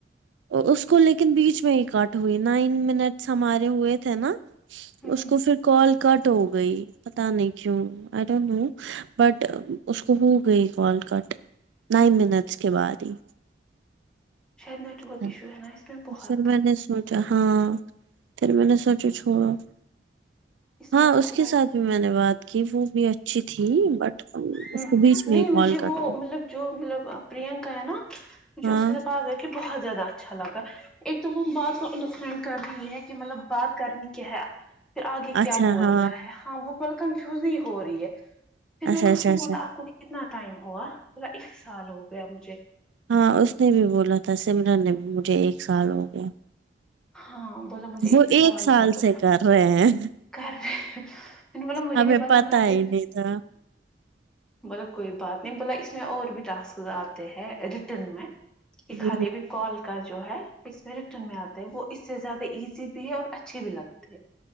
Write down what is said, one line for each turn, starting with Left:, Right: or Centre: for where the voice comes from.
Right: اس کو لیکن بیچ میں ہی کٹ ہوئی نائن منٹس ہمارے ہوئے تھے نا
Centre: ہوں
Right: اس کو پھر کال کٹ ہو گئی پتا نہیں کیوں آئی ڈونٹ نو بٹ اس کو ہو گئی کال کٹ نائن منٹس کے بعد ہی
Centre: شاید نیٹ ورک
Right: ہ
Centre: ایشو ہے نا اس میں بہت
Right: پر میں نے سوچ ہاں پھر میں نے سوچا چھوڑو ہاں
Centre: میں
Right: اس کے
Centre: نیٹ
Right: ساتھ جو میں نے بات کی وہ بھی اچھی تھی بٹ
Centre: ہ
Right: اس کو بیچ
Centre: نہیں
Right: میں ہی
Centre: مجھے
Right: کال کٹ
Centre: وہ مطلب جو مطلب پرینکا ہے نا مجھے
Right: ہاں
Centre: اس کےب کہ بہت زیادہ اچھا لگا ایک تو وہ بات کو انڈرسٹینڈ کر رہی ہے کہ مطلب بات کرنی کیا ہے پھر آگے کیا
Right: اچھا
Centre: بولنا
Right: ہاں
Centre: ہے ہاں وہ مل کنفیوز نہیں ہو رہی ہے پھر میں
Right: اچھا
Centre: نے
Right: اچھا
Centre: کو
Right: اچھا
Centre: بولا آپ کو کتنا ٹائم ہوا پلا ایک سال ہو گیا مجھے
Right: ہاں اس نے بھی بولا تھا سمرن نے مجھے ایک سال ہو گیا
Centre: ہاں بولا مجھے
Right: وہ ایک سال
Centre: ہو گیا
Right: سے کر رہے ہیں
Centre: کر رہے ت ملب مجے
Right: ہمیں
Centre: نہیں پتا میں نے
Right: ہی نہیں تھا
Centre: بولا کوئی بات نہیں بولا اس میں اور بھی ٹاسک آتے ہیں ریٹرن میں یہ خالے
Right: ہ
Centre: بھی کال کا جو ہے پس میں ریٹرن میں آتا ہے وہ اس سے زیادہ ایزی بھی ہے اور اچھی بھی لگتی ہے